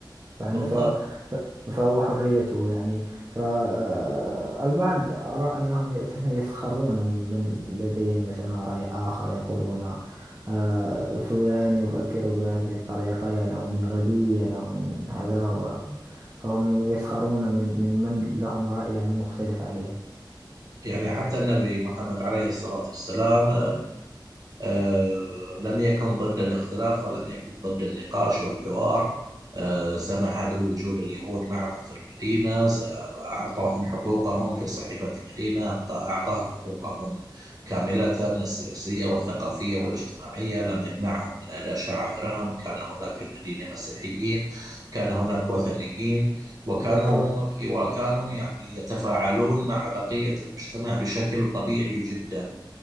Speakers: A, on the right; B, on the right.
A: فإن
B: بالضبط
A: ف... ف... فهو حريته يعني فالبعض أرى أنهم يسخرون من من لديهم مثلا رأي آخر يقولون آه، فلان يفكر بهذه الطريقة يا له من غبي يا له من هذا و... فهم يسخرون من من من لهم رأي يعني مختلف عليهم
B: يعني حتى النبي محمد عليه الصلاة والسلام آه، لم يكن ضد الاختلاف ولم يكن ضد النقاش والحوار آه، سمح بوجود اليهود معه في المدينة س- أعطاهم حقوقهم في صحيفة المدينة أعط- أعطاهم حقوقهم كاملة السياسية والثقافية والاجتماعية لم يمنعهم من أداء شعائرهم كان هناك في المدينة مسيحيين كان هناك وثنيين وكانوا
A: بالطبع
B: وكانوا يعني يتفاعلون مع بقية المجتمع بشكل طبيعي جدا